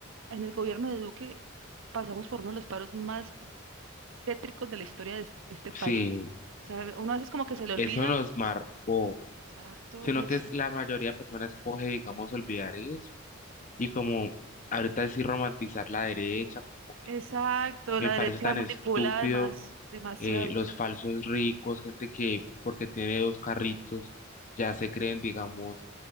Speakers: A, on the right; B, on the left.
A: en el gobierno de Duque pasamos por uno de los paros más tétricos de la historia de, es- de este país.
B: sí,
A: O sea, uno a veces como que se le olvida.
B: eso nos marcó,
A: Exacto,
B: sino
A: y es-
B: que es, la mayoría de personas coge, digamos, olvidar eso y como ahorita decir romantizar la derecha, como que
A: exacto,
B: me
A: la
B: parece
A: derecha
B: tan
A: manipula
B: estúpido
A: además demasiado.
B: eh, los falsos ricos, gente que porque tiene dos carritos ya se creen, digamos,